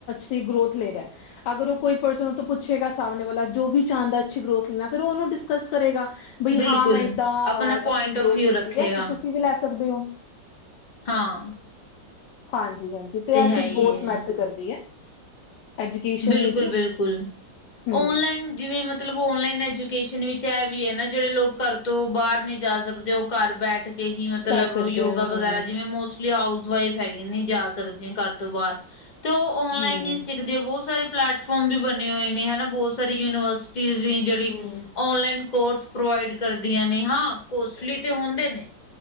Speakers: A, on the left (about 75°); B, on the left (about 30°).
A: ਤੇ ਗਰੋਥ ਲੈ ਰਿਹਾ। ਅਗਰ ਉਹ ਕੋਈ ਪਰਸਨ ਉਹ ਤੋਂ ਪੁੱਛੇਗਾ ਸਾਹਮਣੇ ਵਾਲਾ ਜੋ ਵੀ ਚਾਂਣਦਾ ਹੈ, ਅੱਛੀ ਗਰੋਥ ਲੈਣਾ ਫਿਰ ਉਹਨੂੰ ਡਿਸਕਸ ਕਰੇਗਾ। ਬਈ
B: ਬਿਲਕੁੱਲ
A: ਹਾਂ ਮੈਂ ਇੱਦਾਂ ਅ
B: ਆਪਣਾ ਪੁਆਇੰਟ
A: ਆਪਣੀ
B: ਫਿਰ
A: ਗਰੋਥ
B: ਵਿਊ
A: ਲਿੱਤੀ
B: ਰੱਖੇਗਾ।
A: ਹੈ ਤੇ ਤੁਸੀਂ ਵੀ ਲੈ ਸਕਦੇ ਹੋ।
B: ਹਾਂ,
A: ਹਾਂਜੀ-ਹਾਂਜੀ ਤੇ ਇਹ
B: ਹੈ
A: ਚੀਜ਼
B: ਹੀ
A: ਬਹੁਤ
B: ਹੈ
A: ਮੈਟਰ ਕਰਦੀ ਹੈ। ਐਜੂਕੇਸ਼ਨ
B: ਬਿਲਕੁੱਲ-ਬਿਲਕੁੱਲ,
A: ਵਿੱਚ ਹਮ
B: ਔਨਲਾਈਨ ਜਿਵੇਂ ਮਤਲੱਬ ਔਨਲਾਈਨ ਐਜੂਕੇਸ਼ਨ ਵਿੱਚ ਇਹ ਵੀ ਹੈ, ਨਾ ਜਿਹੜੇ ਲੋਕ ਘਰ ਤੋਂ ਬਾਹਰ ਨਹੀਂ ਜਾ ਸਕਦੇ, ਉਹ ਘਰ ਬੈਠ ਕੇ ਹੀ ਮਤਲੱਬ
A: ਕਰ ਸਕਦੇ
B: ਯੋਗਾ
A: ਹਾਂ ਹਮ
B: ਵਗੈਰਾ ਜਿਵੇਂ ਮੋਸਂਮ ਹਾਊਸ ਵਾਈਫ ਹੈਗੀ, ਨਹੀਂ ਜਾ ਸਕਦੀਆਂ ਘਰ ਤੋਂ ਬਾਹਰ ਤੇ ਉਹ ਔਨਲਾਈਨ
A: ਹਮ
B: ਨਹੀਂ ਸਿੱਖਦੇ ਬਹੁਤ ਬਹੁਤ ਸਾਰੇ ਪਲੈਟਫਾਰਮ ਵੀ ਬਣੇ ਹੋਏ ਨੇ ਹਨਾ, ਬਹੁਤ ਸਾਰੀ ਯੂਨੀਵਰਸਿਟੀਜ਼ ਵੀ ਜਿਹੜੀ
A: ਹਮ
B: ਔਨਲਾਈਨ ਕੋਰਸ ਪ੍ਰੋਵਾਈਡ ਕਰਦੀਆਂ ਨੇ ਹਾਂ, ਕੋਸਟਲੀ ਤੇ ਹੁੰਦੇ ਨੇ